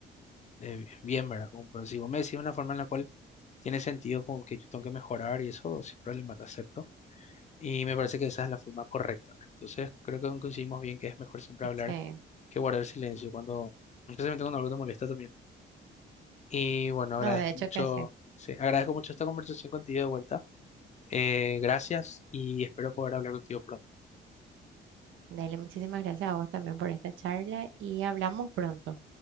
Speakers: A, on the left; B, on the right.
A: de bien, ¿verdad? Como, pero si vos me decís de una forma en la cual tiene sentido como que yo tengo que mejorar y eso, sin problema, te acepto. Y me parece que esa es la forma correcta, ¿verdad? Entonces creo que coincidimos bien que es mejor siempre hablar
B: Sí.
A: que guardar silencio cuando, especialmente cuando algo te molesta también. Y bueno, agradezco
B: No, de hecho
A: mucho,
B: que sí.
A: sí, agradezco mucho esta conversación contigo de vuelta. Eh, gracias y espero poder hablar contigo pronto.
B: Dale, muchísimas gracias a vos también por esta charla y hablamos pronto.